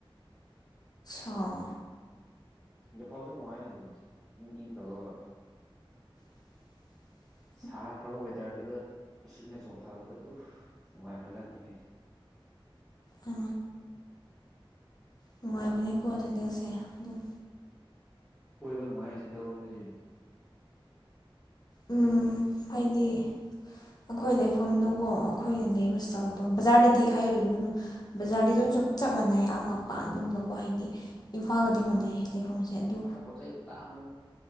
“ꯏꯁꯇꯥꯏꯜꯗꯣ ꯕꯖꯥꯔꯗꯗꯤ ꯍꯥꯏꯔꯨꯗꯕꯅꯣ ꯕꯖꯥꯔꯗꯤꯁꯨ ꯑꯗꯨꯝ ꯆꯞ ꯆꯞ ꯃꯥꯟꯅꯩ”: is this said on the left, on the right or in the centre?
Left